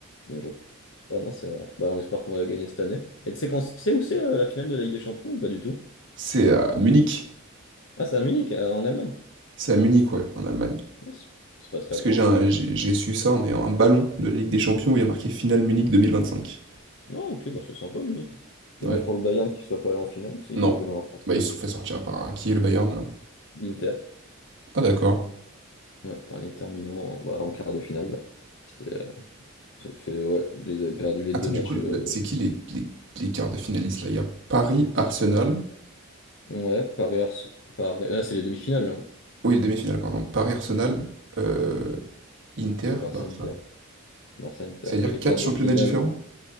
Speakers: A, on the left (about 60°); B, on the right (about 55°).
A: Bien joué. Ouais, non, c'est vrai. Bah, on espère qu'on va gagner cette année. Et tu sais quand... tu sais où c'est euh, la finale de la Ligue des Champions ou pas du tout?
B: C'est à Munich.
A: Ah, c'est à Munich, euh, en Allemagne.
B: C'est à Munich, ouais, en Allemagne.
A: Non, c'est c'est pas très
B: Parce
A: loin.
B: que j'ai un- j'ai j'ai su ça en ayant un ballon de la Ligue des Champions où il y a marqué Finale Munich 2025.
A: Non, ok, bah c'est sympa, Munich. Dommage
B: Ouais.
A: pour le Bayern qui ne soit pas allé en finale, s'ils
B: Non.
A: auraient joué dans leur propre.
B: Bah, ils se sont fait sortir par euh, qui, le Bayern, là?
A: L'Inter,
B: Ah, d'accord.
A: ouais, par l'Inter Milan en, bah, en quart de finale. là. C'était, euh, ça fait, ouais, ils avaient perdu les
B: Attends,
A: deux matchs.
B: du coup, le-
A: euh,
B: c'est qui les, les, les quarts de finalistes, là? Il y a Paris-Arsenal.
A: ouais, Paris, Ars- Paris- ah, c'est les demi-finales, là. hein.
B: Oui, le demi-finale, pardon. Paris-Arsenal, euh, Inter,
A: Et Barça-Inter.
B: Barça.
A: Barça-Inter.
B: C'est-à-dire
A: Et les
B: quatre
A: quarts de
B: championnats
A: finale,
B: différents?